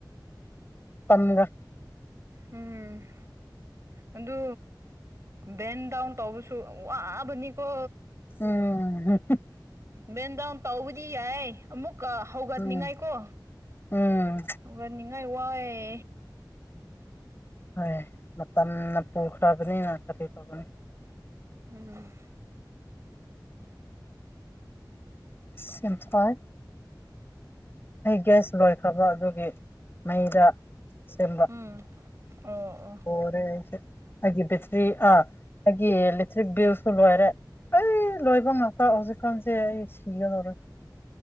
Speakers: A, on the left; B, on the right.
A: ꯄꯪ
B: ꯎꯝ ꯑꯗꯨ ꯕꯦꯟ ꯗꯥꯎꯟ ꯇꯧꯕꯁꯨ ꯋꯥꯕꯅꯤꯀꯣ
A: ꯎꯝꯝ
B: ꯃꯦꯟꯗꯥ ꯍꯨ ꯇꯧꯕꯖꯤ ꯌꯥꯌꯦ ꯑꯃꯃꯨꯛ ꯍꯧꯒꯠꯅꯤꯡꯉꯥꯏ
A: ꯎꯝ
B: ꯀꯣ
A: ꯎꯝ
B: ꯍꯧꯒꯠꯅꯤꯡꯉꯥꯏ ꯋꯥꯏꯦ
A: ꯍꯣꯏ ꯃꯇꯝꯅ ꯄꯨꯈ꯭ꯔꯕꯅꯤꯅ ꯀꯔꯤ ꯇꯧꯕꯅꯤ
B: ꯎꯝ
A: ꯁꯤꯝꯐꯜ ꯑꯩ ꯒ꯭ꯌꯥꯁ ꯂꯣꯏꯈ꯭ꯔꯕ ꯑꯗꯨꯒꯤ ꯃꯩꯗ ꯁꯦꯝꯕ
B: ꯎꯝ ꯑꯣ ꯑꯣ
A: ꯍꯔꯦ ꯑꯩꯒꯤ ꯕꯦꯇ꯭ꯔꯤ ꯑꯥ ꯑꯩꯒꯤ ꯏꯂꯦꯛꯇ꯭ꯔꯤꯛ ꯕꯤꯜꯁꯨ ꯂꯣꯏꯔꯦ ꯑꯩ ꯂꯣꯏꯕꯥꯎ ꯉꯄꯥꯎ ꯑꯣꯖꯤꯛꯀꯥꯟꯁ ꯁꯤꯒꯗꯔ